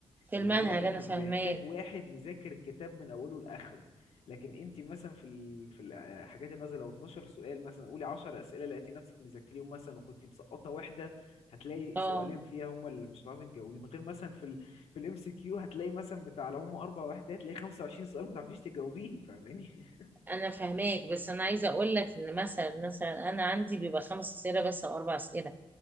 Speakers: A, on the right; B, on the left.
A: في المنهج
B: اللي هو انت
A: انا فاهماك
B: بيحتاج واحد مذاكر الكتاب من اوله لاخره لكن انت مثلا في ال... في الحاجات النازله لو 12 سؤال مثلا قولي 10 اسئله لقيتي نفسك مذاكريهم مثلا وكنت مسقطه واحده هتلاقي
A: اه
B: سؤالين فيها هما اللي مش هتعرفي تجاوبيهم غير مثلا في ال... في الام سي كيو هتلاقي مثلا بتاع لو هم اربع وحدات هتلاقي 25 سؤال ما تعرفيش تجاوبيه فاهماني <laughs>
A: انا فاهماك بس انا عايزه اقول لك ان مثلا مثلا انا عندي بيبقى خمس اسئله بس او اربع اسئله